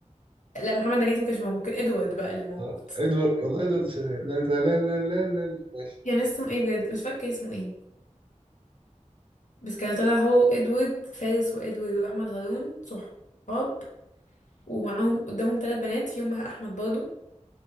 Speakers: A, on the left; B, on the right.
A: لا محمد نجاتي ما كانش موجود كان ادوارد بقى اللي موجود
B: آه، ادوارد والله ادوارد شغال لا لا لا لا لا لا لا. ماشي
A: كان اسمه ايه بجد مش فاكرة اسمه ايه بس كان طالع هو وادوارد فارس وادوارد وأحمد هارون صحاب ومعاهم قدامهم ثلاث بنات فيهم مها أحمد برضه